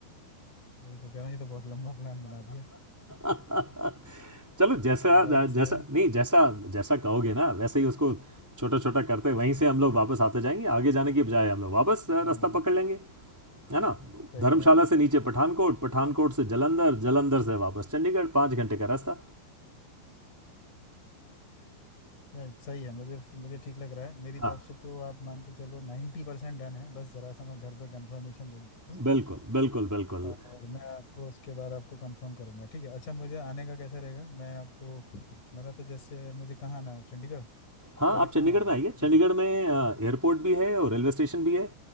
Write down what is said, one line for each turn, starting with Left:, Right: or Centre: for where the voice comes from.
Left: वही तो कह रहा हूँ ये तो बहुत लंबा प्लान बना दिया
Centre: <laughs> चलो जैसा
Left: थोड़ा सा
Centre: जैसा नहीं जैसा जैसा कहोगे ना वैसे ही उसको छोटा छोटा करते वहीं से हम लोग वापस आते जाएंगे आगे जाने के बजाय हम लोग वापस रास्ता
Left: हाँ
Centre: पकड़ लेंगे है ना
Left: सही
Centre: धर्मशाला
Left: बात है
Centre: से नीचे पठानकोट पठानकोट से जलंधर जलंधर से वापस चंडीगढ़ पाँच घंटे का रास्ता
Left: मैं सही है मुझे मुझे ठीक लग रहा है मेरी तरफ
Centre: हाँ
Left: से तो आप मान के चलो नाइन्टी परसेंट डन है बस जरा सा मैं घर पे कंफर्मेशन ले लूँ
Centre: बिल्कुल बिल्कुल बिल्कुल
Left: और मैं आपको उसके बाद आपको कंफर्म करूंगा ठीक है अच्छा मुझे आने का कैसा रहेगा मैं आपको मेरा तो जैसे मुझे कहाँ आना हो चंडीगढ़
Centre: हाँ
Left: पहले
Centre: आप
Left: कहाँ
Centre: चंडीगढ़
Left: हूँ
Centre: में आइए
Left: आपका
Centre: चंडीगढ़
Left: नंबर
Centre: में एयरपोर्ट भी है और रेलवे स्टेशन भी है